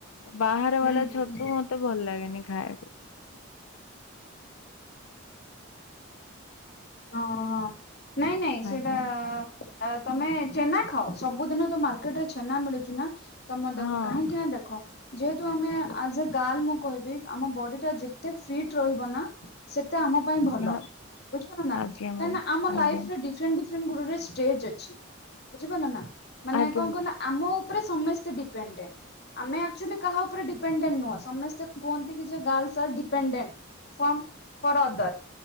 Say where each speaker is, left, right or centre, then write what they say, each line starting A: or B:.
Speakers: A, on the left; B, on the left.
A: ବାହାର
B: ହୁଁ
A: ବାଲା
B: ହୁଁ
A: ଛତୁ
B: ହୁଁ।
A: ମତେ ଭଲ ଲାଗେନି ଖାଇବାକୁ।
B: ହଁ ହଁ ନାଇଁ ନାଇଁ ସେଇଟା
A: ଆଜ୍ଞା
B: ଆ ତମେ ଛେନା ଖାଅ ସବୁଦିନତ ମାର୍କେଟରେ ଛେନା ମିଳୁଚିନା ତମେ ଦେଖ
A: ହଁ।
B: କାହିଁକିନା ଦେଖ ଯେହେତୁ ଆମେ ଆଜ୍ ଏ ଗାର୍ଲ ମୁଁ କହିବି ଆମ ବଡ଼ିଟା ଯେତେ ଫିଟ୍ ରହିବନା ସେତେ ଆମ ପାଇଁ ଭଲ।
A: ହଁ
B: କାହିଁକିନା
A: ଆଜ୍ଞା ମ୍ୟାମ୍
B: ଆମ ଲାଇଫରେ
A: ଆଜ୍ଞା
B: ଡିଫରେଣ୍ଟ ଡିଫରେଣ୍ଟ୍ ଗୋଡ଼ରେ ଷ୍ଟେଜ୍ ଅଛି ବୁଝିପାରିଲେନା। ମାନେ
A: ଆଜ୍ଞା
B: କଣ
A: ମ୍ୟାମ୍
B: କହିଲ ଆମ ଉପରେ ସମସ୍ତେ ଡିପେଣ୍ଡେଣ୍ଟ ଆମେ ଆକ୍ଚୁଆଲି କାହା ଉପରେ ଡିପେଣ୍ଡେଣ୍ଟ ନୁହଁ ସମସ୍ତେ କୁହନ୍ତିକି ଯୋଉ girl are dependent form for other